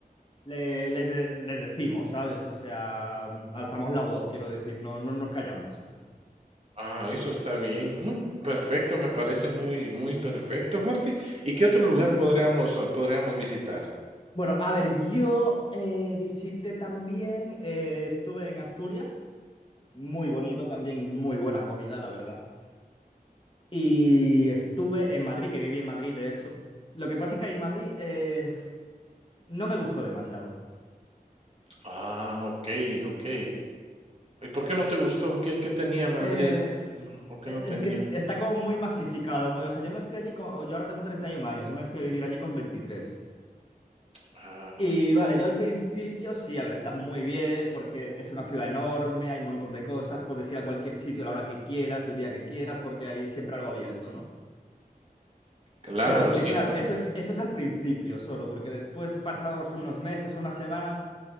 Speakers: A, on the left (about 35°); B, on the right (about 40°).
A: le- les, de- les decimos, ¿sabes? O sea, alzamos la voz, quiero decir, no, no nos callamos.
B: Ah, eso está bien. No, perfecto, me parece muy, muy perfecto, Jorge. ¿Y qué otro lugar
A: Mm.
B: podríamos, eh, podríamos visitar?
A: Bueno, a ver, yo eh, visité también, eh, estuve en Asturias, muy bonito también, y muy buena comida, la verdad. Y estuve en Madrid, que viví en Madrid, de hecho. Lo que pasa es que a Madrid eh, no me gustó demasiado.
B: Ah, ok, ok. ¿Y por qué no te gustó? ¿Qué, qué tenía Madrid?
A: Eh,
B: ¿O qué
A: eh,
B: no tenía?
A: es que es- está como muy masificado, muy, o sea, yo me fui allí con, yo ahora tengo 31 años, yo me fui a vivir allí con 23.
B: Ah,
A: Y vale, yo al principio sí, a ver, está muy bien porque es una ciudad enorme, hay un montón de cosas, puedes ir a cualquier sitio a la hora que quieras, el día que quieras, porque hay siempre algo abierto, ¿no?
B: claro,
A: Pero es que
B: sí.
A: claro,
B: entiendo.
A: eso es, eso es al principio solo, porque después, pasados unos meses, unas semanas,